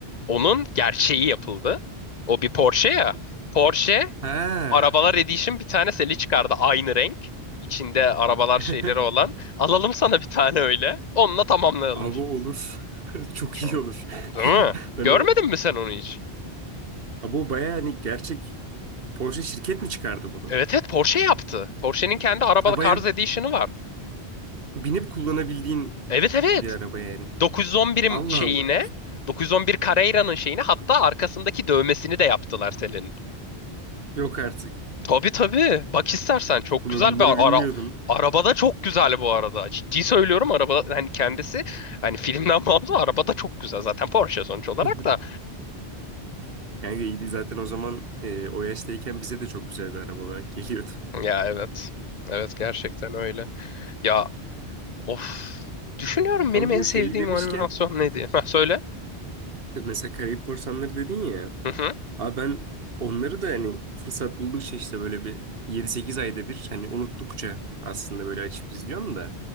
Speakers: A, on the left; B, on the right.
A: Onun gerçeği yapıldı. O bir Porsche ya. Porsche
B: Ha.
A: Arabalar Edition bir tane Sally çıkardı aynı renk. İçinde arabalar
B: <laughs>
A: şeyleri olan. Alalım sana bir tane öyle. Onunla tamamlayalım.
B: Abi olur. <laughs> Çok
A: Çok.
B: iyi olur.
A: Değil mi?
B: <laughs> Ben
A: Görmedin
B: o
A: mi sen onu hiç?
B: Abi o baya hani gerçek Porsche şirket mi çıkardı bunu?
A: Evet evet Porsche yaptı. Porsche'nin kendi araba
B: Ha baya
A: Cars Edition'ı var.
B: binip kullanabildiğin
A: Evet evet.
B: bir araba yani.
A: 911'in
B: Allah
A: şeyine,
B: Allah.
A: 911 Carrera'nın şeyine hatta arkasındaki dövmesini de yaptılar Selin'in.
B: Yok artık.
A: Tabii tabii. Bak istersen çok
B: Ben
A: güzel
B: bunları
A: bir
B: bilmiyordum.
A: ara arabada çok güzel bu arada. Ciddi söylüyorum araba hani kendisi hani filmden <laughs> bağımsız arabada çok güzel zaten Porsche sonuç olarak
B: <laughs>
A: da.
B: Kanka iyiydi zaten o zaman e, o yaştayken bize de çok güzel bir araba olarak geliyordu.
A: Ya evet. Evet gerçekten öyle. Ya Of. Düşünüyorum
B: <laughs> Ama
A: benim en
B: bu
A: sevdiğim
B: şeyi demişken
A: animasyon ne diye. <laughs> Ha, söyle.
B: e, mesela Karayip Korsanları dedin ya.
A: Hı hı.
B: Abi ben onları da hani fırsat buldukça işte böyle bir yedi sekiz ayda bir hani unuttukça aslında böyle açıp izliyorum da.